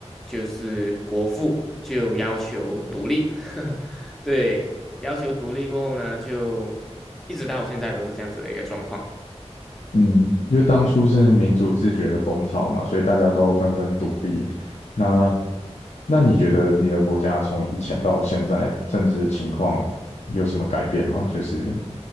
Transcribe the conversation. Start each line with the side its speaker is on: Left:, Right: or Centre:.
Centre: 就是国父就要求独立，<laughs> 对，要求独立过后呢，就一直到现在都是这样子的一个状况。
Left: 嗯，因为当初是民主自觉的风潮嘛，所以大家都纷纷独立。那那你觉得你的国家从以前到现在政治情况有什么改变吗？就是